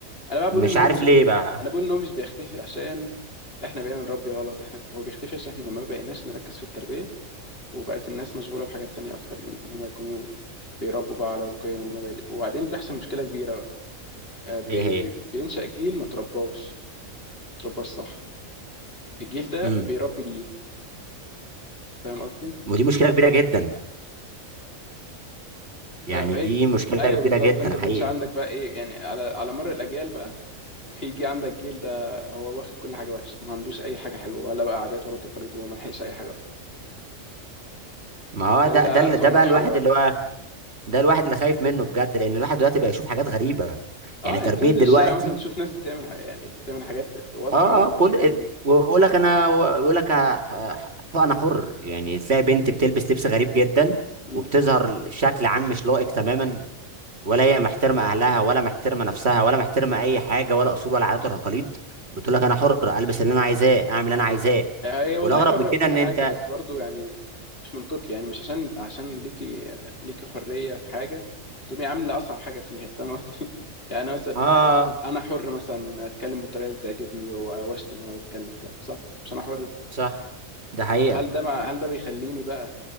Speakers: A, on the left; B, on the right.
A: أنا بقى
B: مش
A: بقول إن
B: عارف
A: هو مش
B: ليه بقى
A: أنا بقول إن هو مش بيختفي عشان إحنا بقينا نربي غلط إحنا هو بيختفي عشان إحنا ما بقيناش نركز في التربية وبقت الناس مشغولة بحاجات تانية أكتر من إن هما يكونوا بيربوا بقى على القيم والمبادئ وبعدين بيحصل مشكلة كبيرة آه،
B: ايه
A: بي-
B: هي
A: بي- بينشأ جيل ما ترباش ما ترباش صح الجيل ده
B: امم
A: بيربي جيل فاهم قصدي؟
B: ودي مشكله كبيره جدا يعني
A: ف- فهي
B: دي مشكله
A: أيوه
B: كبيره
A: بالظبط
B: جدا
A: فأنت بينشأ
B: حقيقه
A: عندك بقى إيه يعني على على مر الأجيال بقى <laughs> بيجي عندك جيل ده هو واخد كل حاجة وحشة ما عندوش أي حاجة حلوة ولا بقى عادات ولا تقاليد وما لحقش أي حاجة أصلا
B: ما
A: بالتالي
B: هو ده
A: ده
B: ده اللي-
A: أسوأ
B: ده
A: مرحلة
B: بقى الواحد
A: بقى
B: اللي هو ده الواحد اللي خايف منه بجد لان الواحد دلوقتي بقى يشوف حاجات غريبه
A: أه
B: يعني تربيه
A: أنت تنزل
B: دلوقتي
A: الشارع مثلا تشوف ناس بتعمل حاجة يعني بتعمل حاجات واضح
B: اه
A: أوي إنها ما ينفعش
B: اه كل
A: تعمل
B: ال- ويقول لك انا ويقول لك ه- ه- انا حر يعني تلاقي بنت بتلبس لبس غريب جدا
A: إيه
B: وبتظهر شكل عام مش لائق تماما ولا هي محترمه اهلها ولا محترمه نفسها ولا محترمه اي حاجه ولا اصول ولا عادات ولا تقاليد بتقول لك انا حر البس اللي انا عايزاه اعمل اللي انا عايزاه
A: هي والله
B: والاغرب
A: حرة
B: من
A: وكل
B: كده ان
A: حاجة
B: انت
A: بس برضو يعني مش منطقي يعني مش عشان عشان ليكي ليكي حرية في حاجة تقومي عاملة أصعب حاجة فيها فاهمة <laughs> يعني أنا مثلا
B: اه
A: آه، أنا حر مثلا أتكلم بالطريقة اللي تعجبني و- وأشتم وأنا بتكلم كمان صح مش أنا حر
B: صح ده حقيقه
A: هل ده مع هل ده بيخليني بقى